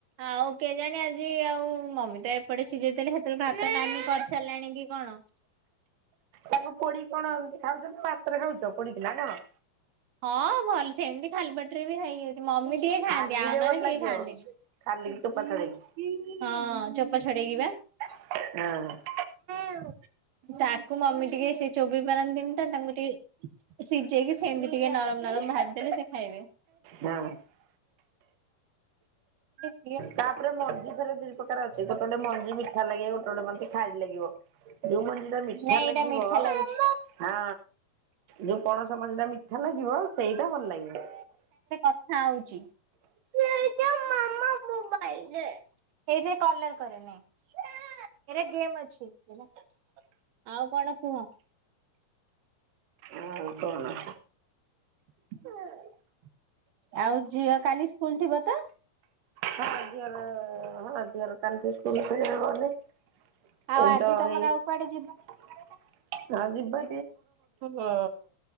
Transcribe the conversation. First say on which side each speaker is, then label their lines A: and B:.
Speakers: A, on the right; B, on the right.
A: ଆଉ କେଜାଣି ଆଜି ଆଉ ମମି ତ ଏପଟେ ସିଝେଇଥିଲେ ସେଥିରୁ କରିସାରିଲାଣି କି କଣ। <inaudible>
B: ତାକୁ ପୋଡି କଣ ଏମିତି ଖାଉଛ ନା ଭାତରେ ଖାଉଛ? ପଡ଼ିିକି ନା କଣ?
A: ହଁ ଭଲ ସେମିତି ଖାଲି ପାଟିରେ ବି। <unintelligible> ମମି ଟିକେ ଖାଆନ୍ତି
B: ଖାଲିରେ
A: ଆଉ ନହେଲେ
B: ଭଲ
A: କେହି
B: ଲାଗିବ
A: ଖାଆନ୍ତିନି।
B: ଖାଲିକି ଚୋପା ଛଡ଼େଇକି
A: <inaudible> ହଁ ଚୋ ଛଡ଼େଇକିବା
B: ହୁଁ।
A: <inaudible> ତାକୁ ମମି ଟିକେ ସେ ଚୋବେଇ ପାରନ୍ତିନି ତ ତାଙ୍କୁ ଟିକେ ସିଝେଇକି ସେମିତି ଟିକେ ନରମ ନରମ ଭାଜି ଦେଲେ ସେ ଖାଇବେ
B: ହଁ
A: । <inaudible>
B: ତାପରେ ମଞ୍ଜି ଫେରେ ଦି ପ୍ରକାର ଅଛି
A: ଟିକେ
B: ଗୋଟେ ଗୋଟେ ମଞ୍ଜି ମିଠା ଲାଗେ ଗୋଟେ <unintelligible> ଲାଗିବ। ଯୋଉ ମଞ୍ଜିଟା ମିଠା
A: ନାଇଁ ଏଇଟା
B: ଲାଗିବ
A: ମିଠା ଲାଗୁଛି।
B: ହଁ ଯୋଉ ପଣସ ମଞ୍ଜିଟା ମି ଖାନ ଯିବ ସେଇଟା ଭଲ ଲାଗିବ।
A: ଖାଉଚି। <unintelligible> ଆଉ କଣ କୁହ।
B: ଆଉ କ'ଣ
A: <inaudible> ଆଉ ଝିଅ କାଲି ସ୍କୁଲ ଜିବ ତ।
B: ହଁ ଝିଅର <unintelligible>
A: ଆଉ ଆଜି ତମର ଆଉ କୁଆଡେ
B: ଆଜି ବା
A: ହାଲୋ।